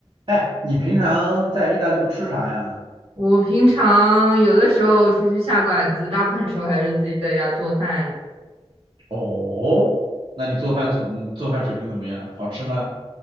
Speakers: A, on the right; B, on the right.
A: 哎，你平常在意大利都吃啥呀？
B: 我平常有的时候出去下馆子，大部分时候还是自己在家做饭。
A: 哦，那你做饭做嗯做饭水平怎么样？好吃吗？